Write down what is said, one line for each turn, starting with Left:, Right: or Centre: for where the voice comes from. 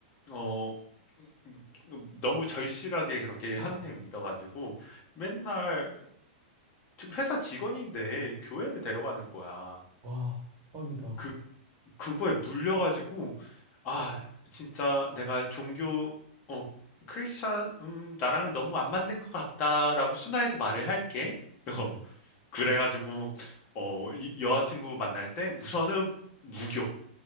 Left: 어 음, 음, 너무 절실하게 그렇게
Right: 어,
Left: 하느님을
Right: 어.
Left: 믿어가지고 맨날 회사 직원인데 교회를 데려가는 거야.
Right: 와, 대박이다.
Left: 그 그거에 물려가지고 아 진짜 내가 종교 어 크리스찬 음 나랑은 너무 안 맞는 것 같다라고 순화해서 말을 할게. <laughs>
Right: 어,
Left: 어, 그래가지고 어 이- 여자친구 만날 때 우선은 무교